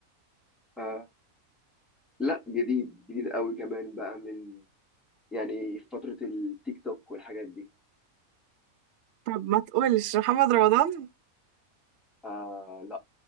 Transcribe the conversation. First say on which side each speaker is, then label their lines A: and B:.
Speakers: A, in the centre; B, on the right (about 65°).
A: آه لا جديد جديد قوي كمان بقى من يعني في فتره التيك توك والحاجات دي
B: طب ما تقولش محمد رمضان
A: آه لا